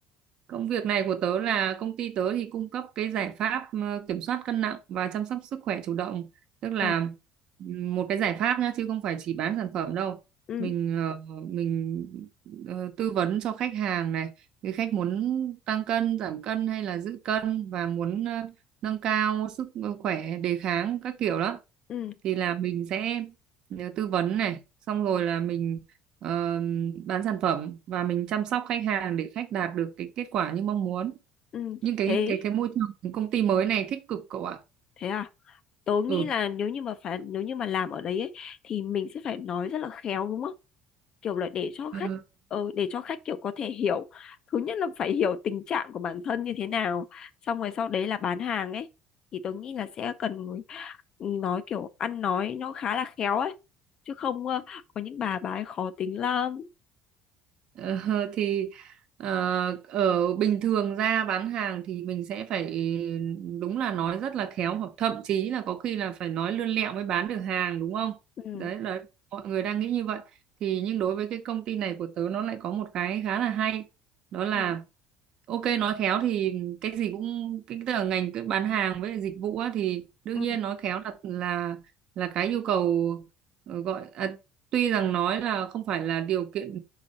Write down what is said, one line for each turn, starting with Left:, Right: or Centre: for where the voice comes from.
Right: công việc này của tớ là công ty tớ thì cung cấp cái giải pháp ờ, kiểm soát cân nặng và chăm sóc sức khỏe chủ động tức là
Left: Ờ,
Right: ừm, một cái giải pháp nhá chứ không phải chỉ bán sản phẩm đâu
Left: ừ,
Right: mình ờ, mình ờ, tư vấn cho khách hàng này cái khách muốn tăng cân giảm cân hay là giữ cân và muốn ờ, nâng cao sức ờ, khỏe đề kháng các kiểu đó
Left: ừ,
Right: thì là mình sẽ ờ, tư vấn này xong rồi là mình ờ, bán sản phẩm và mình chăm sóc khách hàng để khách đạt được cái kết quả như mong muốn
Left: ừ,
Right: nhưng cái
Left: thế,
Right: cái cái môi trường công ty mới này thích cực cậu ạ
Left: thế à? Tớ nghĩ
Right: ừ
Left: là nếu như mà phải nếu như mà làm ở đấy ấy, thì mình sẽ phải nói rất là khéo đúng không? kiểu là để cho khách
Right: Ờ,
Left: ờ, để cho khách kiểu có thể hiểu thứ nhất là phải hiểu tình trạng của bản thân như thế nào xong rồi sau đấy là bán hàng ấy thì tôi nghĩ là sẽ cần người- nói kiểu ăn nói nó khá là khéo ấy chứ không ờ, có những bà bà ấy khó tính lắm
Right: Ờ, thì ờ, ở bình thường ra bán hàng thì mình sẽ phải đúng là nói rất là khéo hoặc thậm chí là có khi là phải nói lươn lẹo mới bán được hàng đúng không?
Left: ừ,
Right: Đấy là mọi người đang nghĩ như vậy. Thì nhưng đối với cái công ty này của tớ nó lại có một cái khá là hay đó là
Left: ừ,
Right: ok nói khéo thì cái gì cũng cái tức là ngành cái bán hàng với lại dịch vụ á, thì đương
Left: ừ,
Right: nhiên nói khéo là là là cái yêu cầu ờ, gọi à, tuy rằng nói là không phải là điều kiện